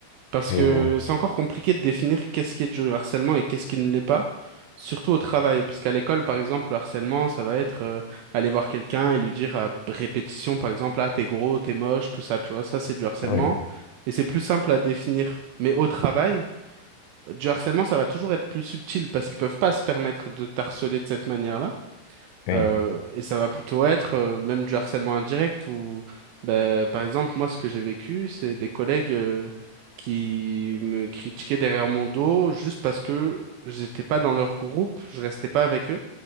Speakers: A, on the right; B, on the left.
A: parce
B: Je
A: que
B: vois.
A: c'est encore compliqué de définir qu'est-ce qui est du harcèlement et qu'est-ce qui ne l'est pas, surtout au travail, parce qu'à l'école, par exemple, le harcèlement, ça va être euh, aller voir quelqu'un et lui dire à répétition, par exemple, ah, t'es gros, t'es moche, tout ça, tu vois, ça, c'est du harcèlement,
B: Oui,
A: et c'est plus simple à définir. Mais au travail, euh, du harcèlement, ça va toujours être plus subtil parce qu'ils peuvent pas se permettre de t'harceler de cette manière-là.
B: oui.
A: Euh, et ça va plutôt être euh, même du harcèlement indirect où, ben, par exemple, moi, ce que j'ai vécu, c'est des collègues euh, qui me critiquaient derrière mon dos juste parce que j'étais pas dans leur groupe, je restais pas avec eux